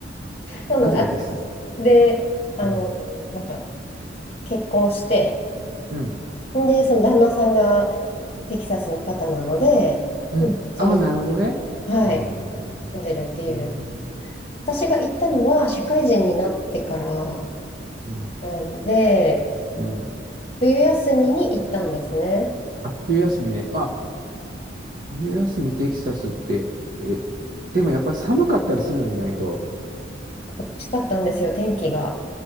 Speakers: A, on the left; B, on the right.
A: なので、
B: なぜかテキサス。
A: あで、あの、
B: うん。
A: なんか、結婚して、
B: うん。
A: で、その旦那さんがテキサスの方なので、
B: うん。
A: うんこっちに、
B: ああ、なるほどね。
A: はい、
B: うん、うん、うん。
A: 住んでるっていう。
B: へえ。
A: 私が行ったのは、社会人になってから
B: うん。
A: なんで、
B: うん。
A: 冬休みに行ったんですね。
B: あ、冬休みね。まあ、冬休みテキサスって、え、でもやっぱ寒かったりするの、意外と。
A: 美しかったんですよ、天気が。